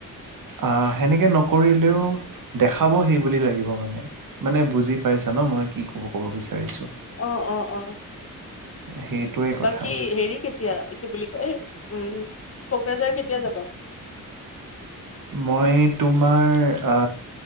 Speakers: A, on the right (about 70°); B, on the left (about 40°).
A: অ সেনেকে নকৰিলেও দেখাব সেই বুলি লাগিব মানে মানে বুজি পাইছা ন মই কি কব ক'ব বিচাৰিছো।
B: অ অ অ
A: সেইটোৱে কথা
B: বাকী হেৰি কেতিয়া কি বুলি কয়? উম কোকৰাঝাৰ কেতিয়া যাবা?
A: মই তোমাৰ আ